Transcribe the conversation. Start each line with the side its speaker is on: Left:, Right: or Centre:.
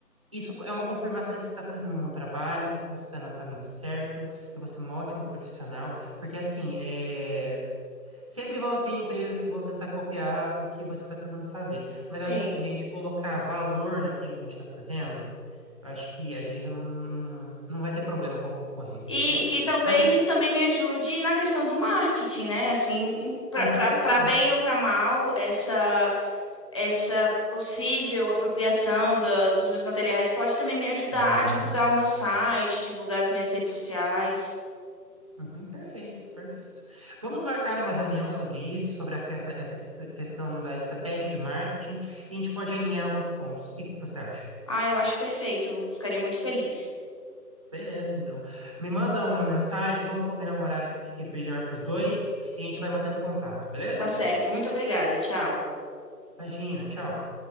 Right: isso é uma confirmação que você está fazendo um bom trabalho, que você está no caminho certo, que você é uma ótima profissional, porque, assim, é. Sempre vão ter empresas que vão tentar copiar o que você está tentando fazer. Mas
Left: Sim.
Right: eu acho que assim, se a gente colocar valor naquilo que a gente está fazendo, eu acho que a gente não, não, não vai ter problema com a concorrência,
Left: E,
Right: né?
Left: e talvez
Right: Mas
Left: isso também me ajude na questão do marketing, né? Assim,
Right: com certeza.
Left: para bem ou para mal, essa. essa possível apropriação da- dos meus materiais pode também me ajudar
Right: Aham.
Left: a divulgar o meu site, divulgar as minhas redes sociais.
Right: Uhum, perfeito, perfeito. Vamos marcar uma reunião sobre isso, sobre a- essa, essa quest- questão da estratégia de marketing, e a gente pode alinhar alguns pontos. O que que você acha?
Left: Ah, eu acho perfeito. eu Ficaria muito feliz.
Right: Beleza, então. Me manda uma mensagem, vamos combinar um horário que fique melhor para os dois e a gente vai mantendo contato, beleza?
Left: Tá certo. Muito obrigada. Tchau.
Right: Imagina, tchau.